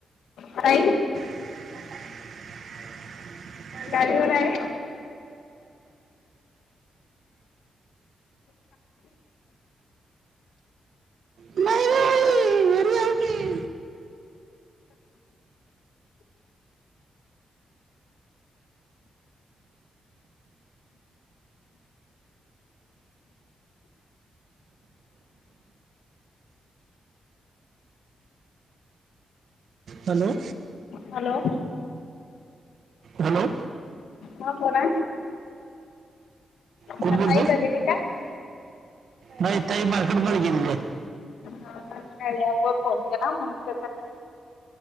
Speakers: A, on the left; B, on the right.
A: ताई?
B: <unintelligible>
A: गाडीवर हाय.
B: नाही नाही घरी आहो मी हॅलो!
A: हॅलो!
B: हॅलो!
A: हा बोला
B: कोण
A: का
B: बोलतो
A: <unintelligible>
B: नाही ताई मार्केट मध्ये गेलेले <unintelligible>
A: हा अपोर फोन केला म्हणून त्या <unintelligible>